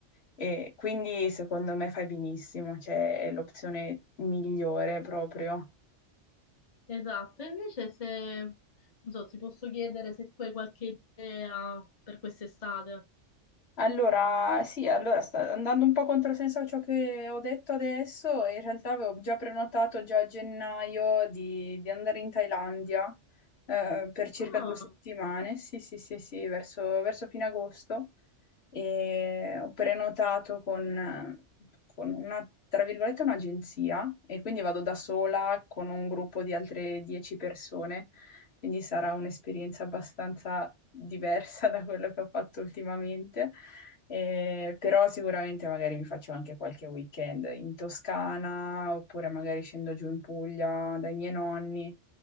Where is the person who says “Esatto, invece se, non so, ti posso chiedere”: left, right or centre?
Left